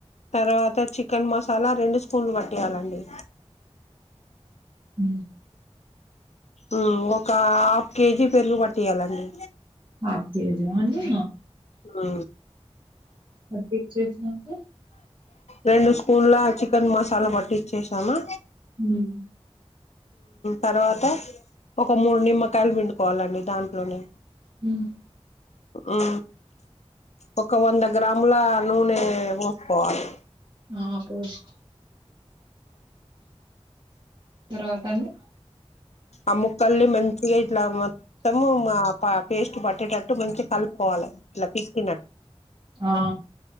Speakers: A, on the left; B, on the right.
A: తర్వాత చికెన్ మసాలా రెండు స్పూన్లు పట్టియాలండి
B: హ
A: ఉ ఒక హాఫ్ కేజీ పెరుగు పట్టియ్యాలండి
B: హాఫ్ కేజియా అండి
A: ఆ
B: పట్టించియేసినంక
A: రెండు స్పూన్ల చికెన్ మసాలా పట్టి ఇచ్చేసాము
B: ఉమ్
A: తర్వాత ఒక మూడు నిమ్మకాయలు పిండుకోవాలండి దాంట్లోనే
B: ము హ్మ్
A: ఉ ఒక వంద గ్రాముల నూనె వేసుకోవాలి
B: ఆ పోస్డ్ తర్వాత అండి
A: ఆ ముక్కల్ని మంచిగా ఇట్లా మొత్తము పేస్ట్ పట్టేటట్టు మంచిగా కలుపుకోవాలే ఇట్లా పిసికినట్టు
B: ఆ